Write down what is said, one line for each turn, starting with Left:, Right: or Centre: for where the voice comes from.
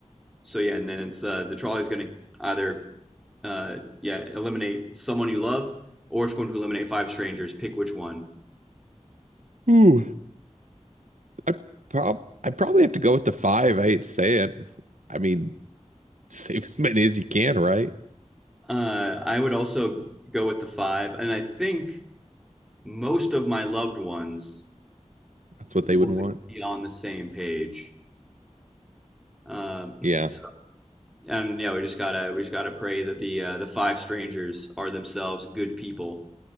Centre: so yeah, and then it's uh, the trolley's going to either, uh, yeah, eliminate someone you love or it's going to eliminate five strangers. Pick which one.
Right: Ooh, I prob I probably have to go with the five. I hate to say it. I mean, <laughs> save as many as you can, right?
Centre: Uh, I would also go with the five, and I think most of my loved ones
Right: That's what
Centre: would
Right: they would want.
Centre: be on the same page. Um, <laughs>
Right: Yeah,
Centre: so, and yeah, we just gotta we just gotta pray that the uh, the five strangers are themselves good people.